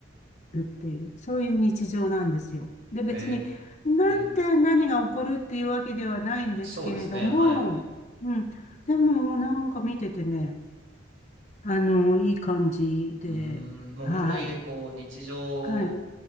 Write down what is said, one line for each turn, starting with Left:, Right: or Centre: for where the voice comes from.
Left: るっていう、そういう日常なんですよ。で、別に、
Right: え
Left: なんて何が起こるっていうわけではないんですけれども、
Right: え、そうですね。はい。う
Left: うん。でも、なんか見ててね、あの、いい感じで、
Right: ーん、もう本当に、
Left: はい。
Right: こう、日常を
Left: はい。